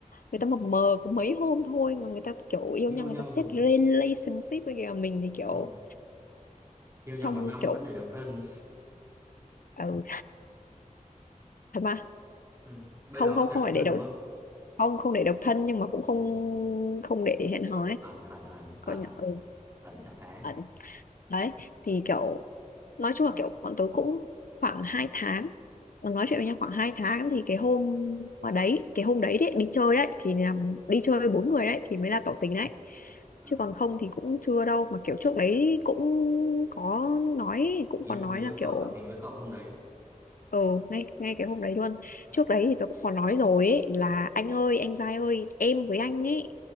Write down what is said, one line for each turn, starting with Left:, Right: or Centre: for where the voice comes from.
Left: người ta mập mờ có mấy hôm thôi mà người ta kiểu yêu
Right: yêu
Left: nhau người
Right: nhau
Left: ta set
Right: rồi
Left: relationship với kìa mình thì kiểu
Right: ừ. yêu
Left: xong
Right: nhau một năm
Left: kiểu
Right: vẫn để độc thân
Left: ừ, thật mà
Right: ừ. bây
Left: không
Right: giờ
Left: không
Right: vẫn để
Left: không
Right: độc
Left: phải để
Right: thân
Left: độc
Right: đúng không
Left: không không để độc thân nhưng mà cũng
Right: ừ.
Left: không không để hẹn hò ấy
Right: ẩn ẩn ẩn ẩn
Left: coi như ừ
Right: ẩn trạng thái
Left: ẩn đấy thì kiểu nói chung là kiểu bọn tôi cũng khoảng hai tháng nói chuyện với nhau khoảng hai tháng thì cái hôm mà đấy cái hôm đấy đấy đi chơi đấy thì là đi chơi bốn người đấy thì mới là tỏ tình đấy
Right: à.
Left: chứ còn không thì cũng chưa đâu mà kiểu trước đấy cũng có nói cũng
Right: ý
Left: có
Right: là
Left: nói
Right: người yêu
Left: là kiểu
Right: cậu tỏ tình với cậu hôm đấy
Left: ừ ngay ngay cái hôm đấy luôn
Right: à.
Left: trước đấy thì tôi cũng có nói rồi ấy, là anh ơi anh trai ơi em với anh ấy